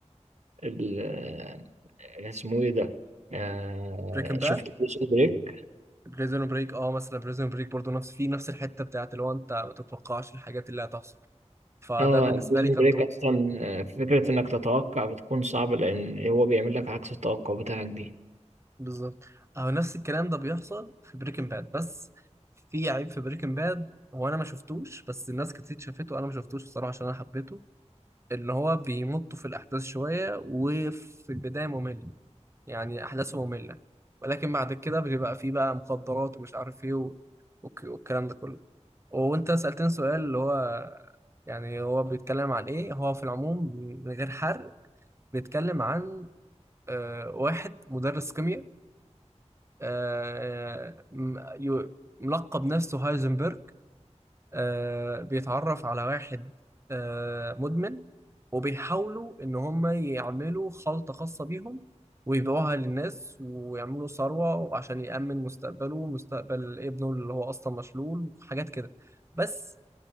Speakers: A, on the right (about 70°); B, on the right (about 25°).
A: ال- آه، اسمه ايه ده آه
B: بريكن باد
A: شفت بريزون بريك
B: بريزون بريك اه مثلا بريزون بريك برضه نفس في نفس الحتة بتاعت اللي هو انت ما تتوقعش الحاجات اللي هتحصل فده
A: اه
B: بالنسبة
A: بريزون
B: لي كان
A: بريك
B: توب
A: اصلا آه، فكره انك تتوقع بتكون صعبه لان هو بيعمل لك عكس التوقع بتاعك دي
B: بالظبط اه نفس الكلام ده بيحصل في بريكن باد بس في عيب في بريكن باد هو انا ما شفتوش بس الناس كتير شافته وانا ما شفتوش بصراحة عشان انا حبيته اللي هو بيمطوا في الأحداث شوية وفي البداية ممل يعني أحداثه مملة ولكن بعد كده بيبقى فيه بقى مخدرات ومش عارف إيه و- والك- والكلام ده كله وأنت سألتني سؤال اللي هو يعني هو بيتكلم عن إيه هو في العموم من غير حرق بيتكلم عن آه، واحد مدرس كيمياء آه، م- يو- ملقب نفسه هايزنبرغ آه بيتعرف على واحد آه مدمن وبيحاولوا إن هم يعملوا خلطة خاصة بيهم ويبيعوها للناس ويعملوا ثروة عشان يأمن مستقبله ومستقبل ابنه اللي هو أصلا مشلول وحاجات كده بس